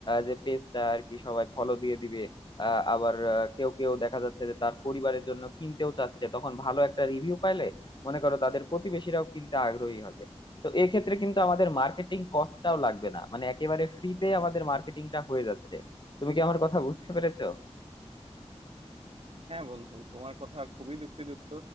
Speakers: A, on the left; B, on the right.
A: যে পেজটা আর কি সবাই ফলো দিয়ে দিবে আহ আবার আহ, কেউ কেউ দেখা যাচ্ছে যে তার পরিবারের জন্য কিনতেও চাচ্ছে তখন ভালো একটা রিভিউ পাইলে মনে করো তাদের প্রতিবেশীরাও কিনতে আগ্রহী হবে তো এক্ষেত্রে কিন্তু আমাদের মার্কেটিং কস্টটাও লাগবে না মানে একেবারে ফ্রিতে আমাদের মার্কেটিংটা হয়ে যাচ্ছে তুমি কি আমার কথা বুঝতে পেরেছো
B: হ্যাঁ বন্ধু তোমার কথা খুবই যুক্তিযুক্ত